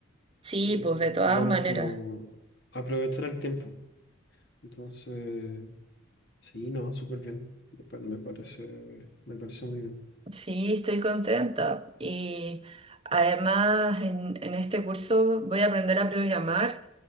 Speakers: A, on the right (about 25°); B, on the left (about 55°).
A: Sí,
B: eh,
A: pues de todas
B: digamos
A: maneras.
B: como aprovechar el tiempo. Entonces, sí, no, súper bien. Me, pa- me parece, me parece muy bien.
A: Sí, estoy contenta. Y además en, en este curso voy a aprender a programar.